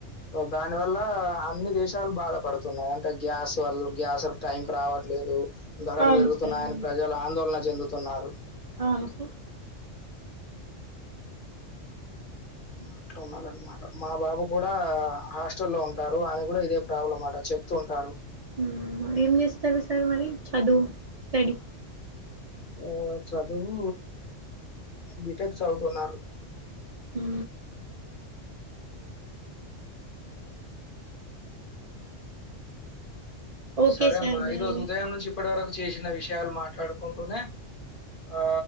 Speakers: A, on the left; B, on the right.
A: దాని వల్ల అన్ని దేశాలు బాధ పడుతున్నాయి అంటే గ్యాస్ వల్ల గ్యాస్ టైంకి రావట్లేదు ధరలు
B: అవును
A: పెరుగుతున్నాయని
B: సార్ అవును.
A: ప్రజలు ఆందోళన చెందుతున్నారు
B: అవును సార్
A: అట్లా ఉన్నదన్నమాట మా బాబు కూడా హాస్టల్లో ఉంటారు అని కూడా ఇదే ప్రాబ్లం అట చే ప్తుంటారూ
B: హ్మ్. ఏం చేస్తారు సార్ మరి చదువు స్టడీ
A: ఊ చదువు బీటెక్ చదువుతున్నారు
B: హూ ఓకే
A: సరే
B: సార్
A: అమ్మా
B: మరి.
A: ఈ రోజు ఉదయం నుంచి ఇప్పటి వరకు చేసిన విషయాలు మాట్లాడుకు కుంటూనే ఆ